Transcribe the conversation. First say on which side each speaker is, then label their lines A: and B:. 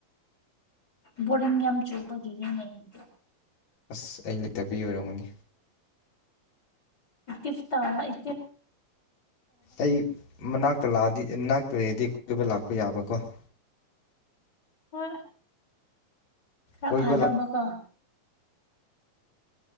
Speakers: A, on the left; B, on the left.
A: ꯕꯣꯔꯤꯡ ꯌꯥꯝ ꯆꯨꯕꯒꯤꯅꯦ ꯂꯩꯔꯤꯗ
B: ꯑꯁ ꯑꯩ ꯂꯩꯇꯕꯤ ꯑꯣꯏꯔꯝꯃꯅꯤ
A: ꯏꯁ ꯏ
B: ꯑꯩ ꯃꯅꯥꯛꯇ ꯂꯥꯛꯑꯗꯤ ꯃꯅꯥꯛꯇ ꯂꯩꯔꯗꯤ ꯀꯣꯏꯕ ꯂꯥꯛꯄ ꯌꯥꯕꯀꯣ <inaudible>
A: ꯍꯣꯏ ꯈꯔ
B: ꯀꯣꯏꯕ
A: ꯐꯥꯗꯕꯀꯣ
B: ꯂꯥꯛ